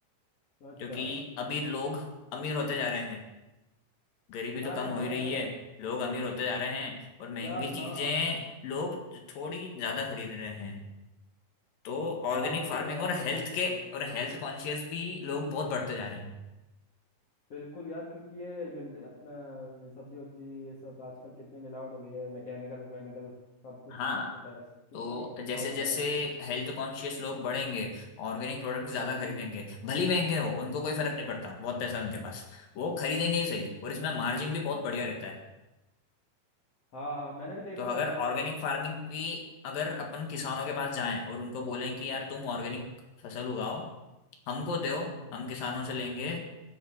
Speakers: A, on the left; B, on the left.
A: अच्छा
B: क्योंकि अभी लोग अमीर होते जा रहे हैं गरीबी तो
A: अरे
B: कम हो
A: हाँ
B: ही रही
A: यार
B: है लोग अमीर होते जा रहे हैं और महंगी
A: यार
B: चीजें
A: हाँ हाँ हाँ हाँ
B: लोग थोड़ी ज्यादा खरीद रहे हैं तो
A: हाँ
B: ऑर्गेनिक
A: क्योंकि
B: फार्मिंग
A: हेल्थ
B: और
A: कॉन्शियस
B: हेल्थ के
A: होने वाला
B: और
A: है।
B: हेल्थ कॉन्शियस भी लोग बहुत बढ़ते जा रहे हैं
A: बिल्कुल यार क्योंकि ये मिल अपना सब्जी वब्जी ये सब आजकल कितनी मिलावट हो गई है मैं केमिकल वेमिकल सब कुछ
B: हाँ
A: ये पैस कितना
B: तो
A: छिड़काव
B: जैसे
A: होता
B: जैसे
A: है भाई
B: हेल्थ कॉन्शियस लोग बढ़ेंगे ऑर्गेनिक प्रोडक्ट ज्यादा
A: हम्म
B: खरीदेंगे भले ही महंगे हो उनको कोई फर्क नहीं पड़ता बहुत पैसा है उनके पास वो खरीदेंगे ही सही और
A: हाँ
B: इसमें मार्जिन भी बहुत बढ़िया रहता है
A: हाँ हाँ मैंने भी देखा
B: तो
A: हुआ
B: अगर
A: है यार ऑर्गेनिक
B: ऑर्गेनिक फार्मिंग
A: फार्मिंग
B: की अगर अपन किसानों के पास जाएं और उनको बोलें कि यार तुम ऑर्गेनिक फसल उगाओ हमको दो
A: हम्म
B: हम किसानों से लेंगे